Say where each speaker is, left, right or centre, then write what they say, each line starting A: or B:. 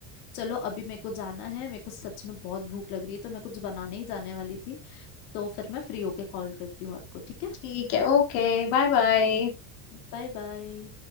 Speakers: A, on the left; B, on the left.
A: चलो अभी मेरे को जाना है मेरे को सच में बहुत भूख लग रही है तो मैं कुछ बनाने ही जाने वाली थी तो फिर मैं फ्री होके कॉल करती हूँ आपको ठीक है
B: ठीक है ओके Bye bye
A: Bye bye